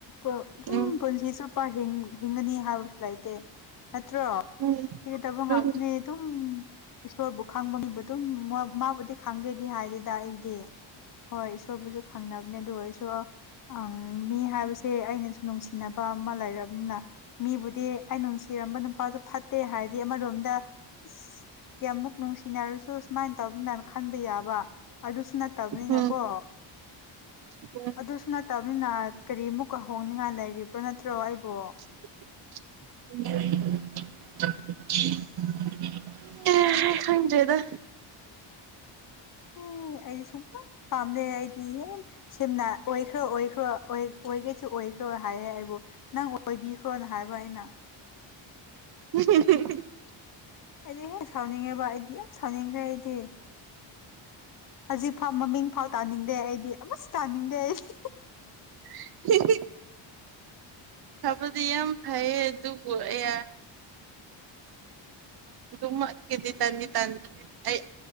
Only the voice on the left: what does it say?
ꯑꯗꯨꯝ
ꯄꯨꯟꯁꯤ ꯆꯨꯞꯄ ꯍꯤꯡꯒꯅꯤ ꯍꯥꯏꯕꯁꯨ ꯂꯩꯇꯦ ꯅꯠꯇ꯭ꯔꯣ
ꯉꯥꯛꯇꯅꯦ
ꯑꯗꯨꯝ ꯏꯁꯣꯔꯕꯨ ꯈꯪꯕ ꯃꯤꯕꯨ ꯑꯗꯨꯝ ꯃꯥꯕꯨꯗꯤ ꯈꯪꯗꯦꯗꯤ ꯍꯥꯏꯗꯦꯗ ꯑꯩꯗꯤ ꯍꯣꯏ ꯏꯁꯣꯔꯕꯨꯁꯨ ꯈꯪꯅꯕꯅꯦ ꯑꯗꯨ ꯑꯣꯏꯔꯁꯨ ꯑꯪ ꯃꯤ ꯍꯥꯏꯕꯁꯦ ꯑꯩꯅꯁꯨ ꯅꯨꯡꯁꯤꯅꯕ ꯑꯃ ꯂꯩꯔꯕꯅꯤꯅ ꯃꯤꯕꯨꯗꯤ ꯑꯩꯅ ꯅꯨꯡꯁꯤꯔꯝꯕ ꯅꯨꯄꯥꯁꯨ ꯐꯠ ꯍꯥꯏꯗꯤ ꯑꯃꯔꯣꯝꯗ ꯏꯁ ꯀꯌꯥꯃꯨꯛ ꯅꯨꯡꯁꯤꯅꯔꯁꯨ ꯁꯨꯃꯥꯏꯅ ꯇꯧꯅꯤꯅ ꯈꯟꯕ ꯌꯥꯕ ꯑꯗꯨꯁꯨ ꯅꯠꯇꯕꯅꯤꯅꯀꯣ
ꯑꯗꯨꯁꯨ ꯅꯠꯇꯕꯅꯤꯅ ꯀꯔꯤꯃꯨꯛꯀ ꯍꯣꯡꯅꯤꯡꯉꯥꯏ ꯂꯩꯔꯤꯕ꯭ꯔꯣ ꯅꯠꯇ꯭ꯔꯣ ꯑꯩꯕꯨ
ꯎꯝ ꯑꯩꯗꯤ ꯁꯨꯡꯄꯥꯝ ꯄꯥꯝꯗꯦ ꯑꯩꯗꯤ ꯍꯦ ꯁꯤꯝꯅ ꯑꯣꯏꯈ꯭ꯔꯣ ꯑꯣꯏꯈ꯭ꯔꯣ ꯑꯣꯏꯒꯦꯁꯨ ꯑꯣꯏꯈ꯭ꯔꯣ ꯍꯥꯏ ꯍꯥꯏꯕꯨ ꯅꯪ ꯑꯣꯏꯕꯤꯈ꯭ꯔꯣꯅ ꯍꯥꯏꯕ ꯑꯩꯅ
ꯑꯩꯗꯤ ꯍꯦꯟꯅ ꯁꯥꯎꯅꯤꯡꯉꯦꯕ ꯑꯩꯗꯤ ꯌꯥꯝ ꯁꯥꯎꯅꯤꯡꯈ꯭ꯔꯦ ꯑꯩꯗꯤ ꯍꯧꯖꯤꯛꯐꯥꯎ ꯃꯃꯤꯡ ꯐꯥꯎ ꯇꯥꯅꯤꯡꯗꯦ ꯑꯩꯗꯤ ꯑꯃꯁꯨ ꯇꯥꯅꯤꯡꯗꯦ ꯑꯩꯗꯤ